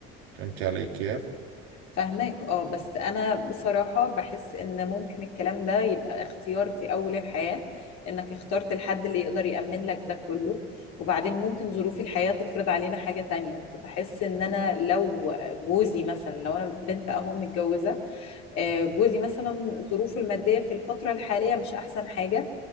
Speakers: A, on the right (about 80°); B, on the left (about 60°).
A: فهمت علي كيف؟
B: فهماك اه بس انا بصراحة بحس ان ممكن الكلام ده يبقى اختيار في اول الحياة انك اخترت الحد اللي يقدر يأمن لك ده كله وبعدين ممكن ظروف الحياة تفرض علينا حاجة تانية فبحس ان انا لو جوزي مثلا لو انا بنت اهو متجوزة آه، جوزي مثلا ظروفه المادية في الفترة الحالية مش احسن حاجة